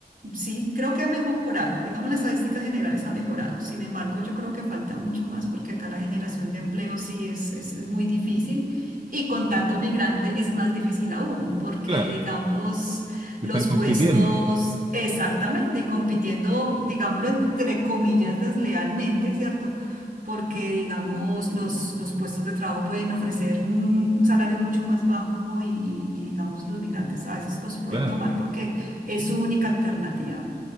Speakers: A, on the right; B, on the right.
A: sí, creo que ha mejorado. Digamos, las estadísticas generales ha mejorado. Sin embargo, yo creo que falta mucho más porque acá la generación de empleo sí es, es, es muy difícil. Y con tanto migrante es más difícil aún, porque
B: claro,
A: digamos, los
B: están compitiendo,
A: puestos, exactamente, y compitiendo, digámoslo, entre comillas, deslealmente, ¿cierto? porque, digamos, los, los puestos de trabajo pueden ofrecer mm, un salario mucho más bajo y, y- y, digamos, los migrantes a veces los pueden
B: claro.
A: tomar porque es su única alternativa.